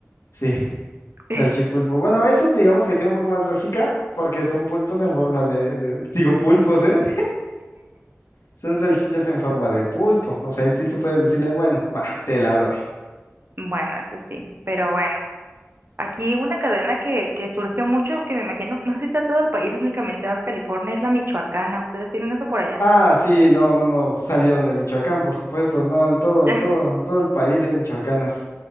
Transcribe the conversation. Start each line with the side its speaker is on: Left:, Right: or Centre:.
Left: Sí, salchipulpo.
Right: <laughs>
Left: Bueno, eso digamos que tiene un poco más lógica porque son pulpos en forma de, de- Digo pulpos, ¿eh? Son salchichas en forma de pulpo. O sea, ahí sí tú puedes decirle, bueno, va, te la doy.
Right: Bueno, eso sí, pero bueno, aquí una cadena que, que surge mucho, que me imagino, no sé si está todo el país, únicamente Baja California, es la michoacana. ¿Ustedes tienen eso por allá?
Left: Ah, sí, no, no, no, salieron de Michoacán, por supuesto. No, en todo,
Right: <laughs>
Left: en todo, en todo el país hay michoacanas.